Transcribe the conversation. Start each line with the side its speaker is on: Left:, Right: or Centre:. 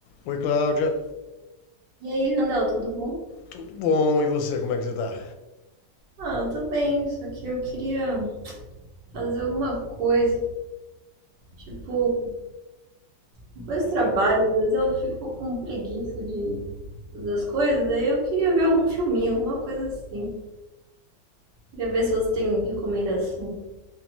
Left: Oi, Cláudia.
Right: E aí, Randall, tudo bom?
Left: Tudo bom? E você, como é que você tá?
Right: Ah, eu tô bem, só que eu queria fazer alguma coisa. Tipo, depois do trabalho, às vezes eu fico com preguiça de fazer as coisas, aí eu queria ver algum filminho, alguma coisa assim. Queria ver se você tem recomendação.